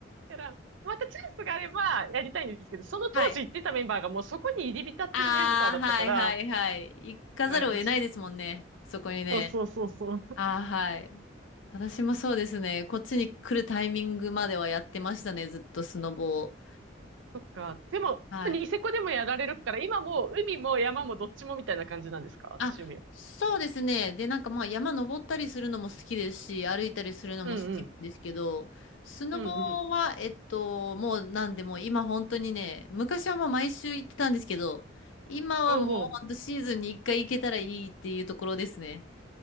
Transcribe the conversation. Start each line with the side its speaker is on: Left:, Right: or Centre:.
Right: から、またチャンスがあればやりたいんですけど、その当時行ってたメンバーがもうそこに入り浸ってるメンバーだったから、
Left: はい。ああ、はいはいはい。行かざるを得ないですもんね。
Right: うん、ちょっ
Left: そこにね。
Right: と、そうそうそうそう。
Left: ああ、はい。私もそうですね。こっちに来るタイミングまではやってましたね。ずっとスノボを。
Right: そっか。でも、
Left: はい。
Right: ニセコでもやられるから、今もう海も山もどっちもみたいな感じなんですか趣味は。
Left: あ、そうですね。で、なんかまあ山登ったりするのも好きですし、歩いたりするのも好きなんですけど、
Right: うんうん。
Left: スノボは、
Right: うんうん。
Left: えっと、もうなんでもう今本当にね、昔はもう毎週行ってたんですけど、今はもう本当シーズンに一回行けたらいいっていうところですね。
Right: おうお